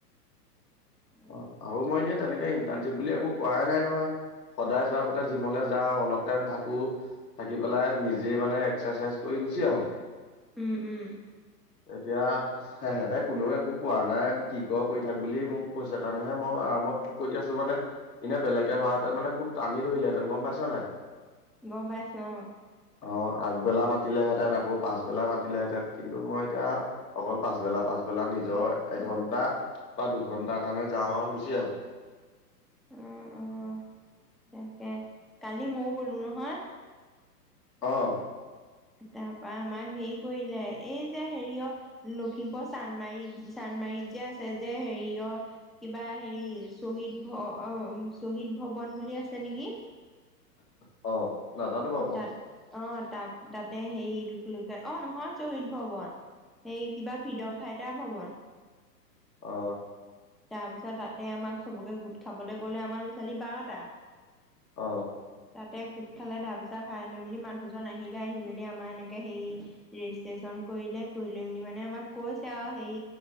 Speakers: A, in the centre; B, on the left (about 75°).
A: <inaudible>
B: অ, আৰু মই এনে তেনেকে ইণ্টাৰ্ণশ্বিপ বুলি একো কৰাই নাই নহয়। সদায় যোৱাৰ আগতে জিমলে যাওঁ, অলপ টাইম থাকো, থাকি পেলাই নিজে মানে এক্সাৰচাইজ কৰি গুছি ছি আহো।
A: উম, উম।
B: এতিয়া সেহেঁতে কোনেও একো কোৱা নাই কি কৰ কৰি থাক বুলি মোক কৈছে কাৰণেহে মই আৰা- মত কৰি আছো মানে এনে বেলেগে হোৱাহেতেন মানে খুব টানি ধৰিলেহেঁতেন গম পাইছা নাই।
A: গম পাইছো অ'।
B: অ, আগবেলা মাতিলেহেঁত ন আকৌ পাছবেলা মাতিলেহেঁতেন কিন্তু মই এতিয়া অকল পাছবেলা পাছবেলা নিজৰ এঘন্টা বা দুঘন্টাৰ কাৰণে যাওঁ আৰু গুচি আহো।
A: অ অ অ তাকে কালি ময়ো গ'লো নহয়।
B: অ'।
A: তাৰপা আমাক হেৰি কৰিলে এই যে হেৰি অ' লখিমপুৰ চান্দমাৰি চান যে আছে যে হেৰি অ' কিবা হেই শ্বহীদ ভ শ্বহীদ ভৱন ভবন বুলি আছে নেকি।
B: অ, নাজানো বাৰু মই
A: তাত অ' তাত তাতে হেই এইটো কি বুলি কয় অ' নহয় শ্বহীদ ভৱন। সেই কিবা ফ্ৰীডম ফাইটাৰ ভৱন।
B: অ'।
A: তাৰপিছত তাতে আমাক চবকে গোট খাবলৈ ক'লে, আমাৰ ল'ৰা ছোৱালী বাৰটা।
B: অ'।
A: তাতে গোট খালে তাৰ পিছত খাই লৈ মেলি মানুহজন আহিলে, আহি মেলি আমাৰ এনেকে হেৰি ৰেজিষ্টেচন কৰিলে, কৰি লৈ মেলি মানে আমাক কৈছে আৰু সেই